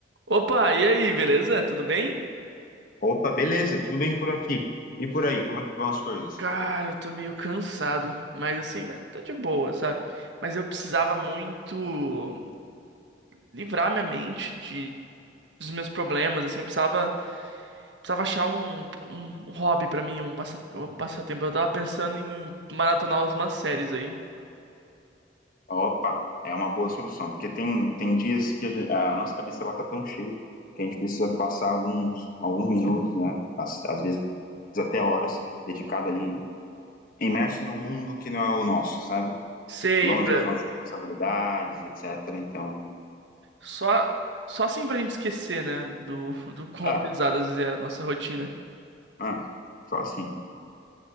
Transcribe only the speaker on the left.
Opa, beleza, tudo bem por aqui. E por aí, como é que vão as coisas?
Opa, é uma boa solução, porque tem, tem dias que a, gen- a nossa cabeça ela tá tão cheia que a gente precisa passar alguns, alguns minutos, né? Às, às vezes até horas, dedicado ali, imerso num mundo que não é o nosso, sabe?
Longe
das nossas responsabilidades, etc. Então,
ah,
ah, só assim.